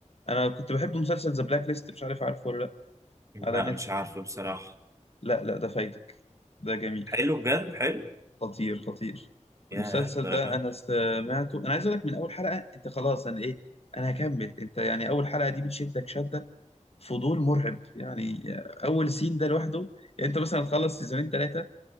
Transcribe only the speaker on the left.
انا كنت بحب مسلسل ذا بلاك ليست مش عارف عارفه ولا لا
على نتفلكس
لا لا ده فايتك ده جميل
خطير خطير
المسلسل
ده
انا سمعته انا عايز اقول لك من اول حلقه انت خلاص انا ايه انا هكمل انت يعني اول حلقه دي بتشدك شده فضول مرعب يعني اول سين ده لوحده يعني انت مثلا تخلص سيزونين ثلاثه